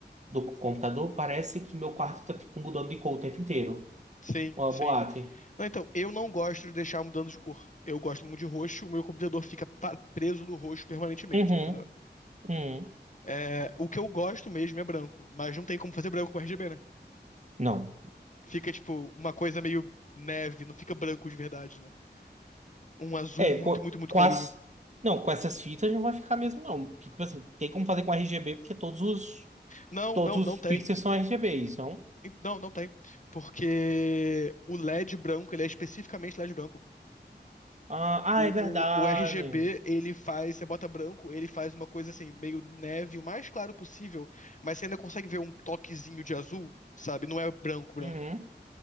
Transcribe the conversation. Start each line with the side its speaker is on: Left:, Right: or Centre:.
Right: do computador, parece que meu quarto tá tipo mudando de cor o tempo inteiro.
Left: Sim,
Right: Uma
Left: sim.
Right: boate.
Left: Não, então, eu não gosto de deixar mudando de cor. Eu gosto muito de roxo, o meu computador fica pa- preso no roxo permanentemente,
Right: Uhum.
Left: entendeu?
Right: Hum,
Left: É, o que eu gosto mesmo é branco, mas não tem como fazer branco com RGB, né?
Right: não.
Left: Fica, tipo, uma coisa meio neve, não fica branco de verdade, né? Um azul
Right: É,
Left: muito,
Right: pô,
Left: muito, muito
Right: com
Left: clarinho.
Right: as. Não, com essas fitas não vai ficar mesmo, não. Porque, tipo assim, tem como fazer com RGB, porque todos os.
Left: Não,
Right: Todos
Left: não, não
Right: os
Left: tem.
Right: pixels são RGBs, não?
Left: Não, não tem. Porque o LED branco, ele é especificamente LED branco.
Right: Ah,
Left: O,
Right: ah, é verdade.
Left: o, o RGB, ele faz, você bota branco, ele faz uma coisa assim, meio neve, o mais claro possível, mas você ainda consegue ver um toquezinho de azul, sabe? Não é branco, branco.
Right: Uhum,